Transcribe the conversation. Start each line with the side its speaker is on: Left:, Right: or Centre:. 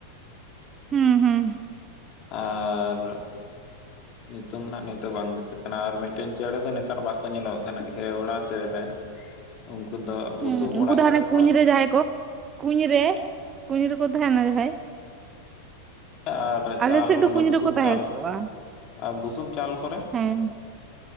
Right: ᱦᱩᱸ ᱦᱩᱸ,
Left: ᱟᱨ ᱧᱩᱛᱩᱢ ᱱᱟᱜ ᱱᱤᱛᱚᱜ ᱵᱟᱝ ᱫᱤᱥᱟᱹᱜ ᱠᱟᱱᱟ ᱟᱨ ᱢᱤᱫᱴᱮᱱ ᱪᱮᱬᱮ ᱫᱚ ᱱᱮᱛᱟᱨ ᱵᱟᱠᱚ ᱧᱮᱞᱚᱜ ᱠᱟᱱᱟ ᱜᱷᱮᱣᱲᱟ ᱪᱮᱬᱮ, ᱩᱱᱠᱩ ᱫᱚ
Right: ᱦᱩᱸ
Left: ᱵᱩᱥᱩᱵ
Right: ᱩᱱᱠᱩ
Left: ᱚᱲᱟᱜ
Right: ᱫᱚ
Left: ᱠᱚᱨᱮ
Right: ᱦᱟᱱᱮ
Left: ᱠᱚ,
Right: ᱠᱩᱧ ᱨᱮ ᱡᱟᱦᱟᱸᱭ ᱠᱚ, ᱠᱩᱧ ᱨᱮ ᱠᱩᱧ ᱨᱮᱠᱚ ᱛᱟᱦᱮᱸᱱᱟ ᱡᱟᱦᱟᱸᱭ,
Left: ᱟᱨ
Right: ᱟᱞᱮ
Left: ᱪᱟᱞ
Right: ᱥᱮᱫ ᱫᱚ
Left: ᱚᱱᱟ
Right: ᱠᱩᱧ
Left: ᱵᱩᱥᱩᱵ
Right: ᱨᱮᱠᱚ ᱛᱟᱦᱮᱸ
Left: ᱪᱟᱞ
Right: ᱠᱚᱜᱼᱟ
Left: ᱟᱨ ᱵᱩᱥᱩᱵ ᱪᱟᱞ ᱠᱚᱨᱮ
Right: ᱦᱮᱸ,